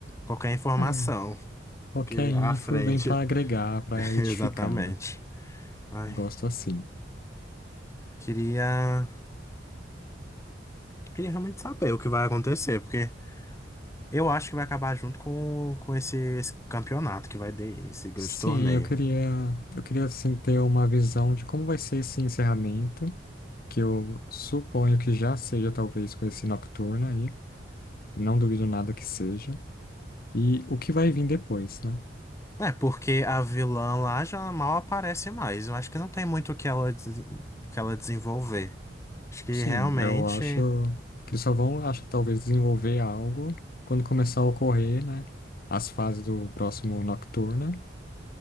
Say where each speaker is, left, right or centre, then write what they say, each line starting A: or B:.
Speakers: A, on the left; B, on the left.
A: qualquer informação
B: É, qualquer
A: que
B: info
A: à frente.
B: vem para agregar, para
A: <laughs>
B: edificar,
A: Exatamente.
B: né?
A: Ai,
B: Gosto assim.
A: queria, queria realmente saber o que vai acontecer, porque Eu acho que vai acabar junto com, com esse, esse campeonato que vai ter, esse grande
B: Sim,
A: torneio.
B: eu queria, eu queria assim ter uma visão de como vai ser esse encerramento, que eu suponho que já seja talvez com esse Nocturna aí. Não duvido nada que seja. E o que vai vir depois, né?
A: É, porque a vilã lá já mal aparece mais. Eu acho que não tem muito o que ela, desen- o que ela desenvolver. Acho que
B: Sim,
A: realmente.
B: eu acho que eles só vão, acho que talvez desenvolver algo quando começar a ocorrer, né? As fases do próximo Nocturna,